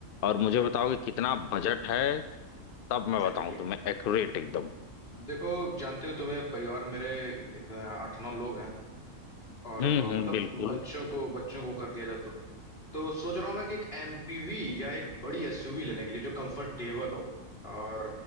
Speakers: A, on the left; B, on the left.
A: और
B: हम्म
A: मुझे बताओ कि कितना बजट है तब मैं
B: ठीक
A: बताऊं
B: ठीक
A: तुम्हें एक्यूरेट एकदम
B: देखो जानते हो तुम्हें परिवार मेरे इतना आठ नौ लोग हैं और
A: हम्म
B: ब-
A: हम्म
B: मतलब
A: बिल्कुल
B: बच्चों को बच्चों को कर दिया जाए तो तो सोच रहा हूँ मैं कि एक एमपीवी या एक बड़ी एसयूवी लेने के लिए जो कंफर्टेबल हो और